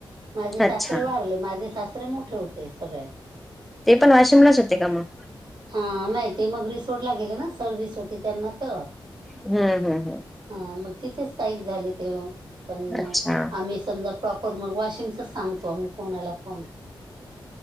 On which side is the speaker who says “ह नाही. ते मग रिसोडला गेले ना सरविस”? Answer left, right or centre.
Right